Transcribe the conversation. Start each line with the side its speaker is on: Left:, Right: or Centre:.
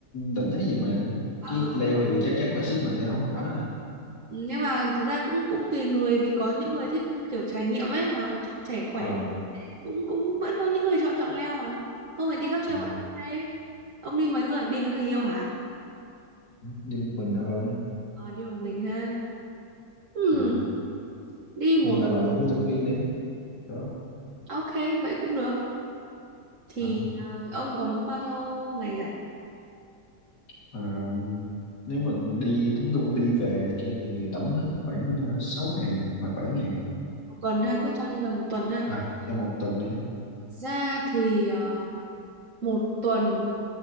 Left: đỉnh hay gì mà,
Right: mà
Left: chứ
Right: ở đó.
Left: leo thì chắc chắn là sức mình leo không nổi à.
Right: Ừ, Nhưng mà thật ra cũng cũng tùy người vì có những người thích kiểu trải nghiệm ấy mà ch- trẻ khỏe
Left: Ờ,
Right: thì cũng cũng vẫn có những người chọn chọn leo mà. Không phải đi cáp treo
Left: ờ,
Right: vẫn ok. Ông đi mấy người? Đi với người yêu hả?
Left: đi một mình thôi,
Right: Ờ, đi một mình ha. Ừ,
Left: Ờ,
Right: đi một
Left: hay là bà làm hướng dẫn viên đi, đó.
Right: ok vậy cũng được thì
Left: Ờ.
Right: à, ông có bao nhiêu ngày rảnh
Left: Ờ, nếu mà đi tính luôn đi về này kia thì tổng hết khoảng ờ, 6 ngày hoặc bảy ngày
Right: một tuần ha cứ cho như là một tuần ha
Left: à cho một tuần đi
Right: ra thì à, một tuần